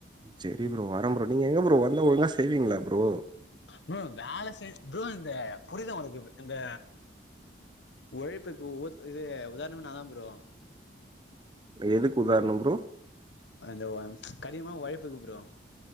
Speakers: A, on the right (about 25°); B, on the left (about 70°).
A: சேரி ப்ரோ வரே ப்ரோ நீங்க எங்க ப்ரோ வந்தா ஓழுங்கா செய்வீங்களா ப்ரோ
B: ப்ரோ வேல செய் ப்ரோ இந்த புரியதா உனக்கு இப் இந்த ஒழைப்புக்கு ஒ இது உதாரணமே நாதா ப்ரோ
A: எதுக்கு உதாரணம் ப்ரோ
B: அந்த <unintelligible> கடினமா ஒழைப்பிற்க்கு ப்ரோ